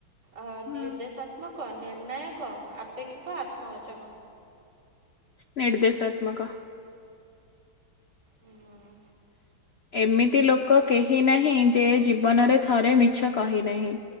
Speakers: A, on the right (about 40°); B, on the left (about 85°).
A: ଆଁ ନିର୍ଦ୍ଦେଶା
B: ହଁ
A: ତ୍ମକ ନିର୍ଣ୍ଣୟକ ଆପେକ୍ଷିକ ଆତ୍ମବାଚକ।
B: ନିର୍ଦ୍ଦେଶାତ୍ମକ।
A: ହୁଁ।
B: ଏମିତି ଲୋକ କେହି ନାହିଁ ଯେ ଜୀବନରେ ଥରେ ମିଛ କହି ନାହିଁ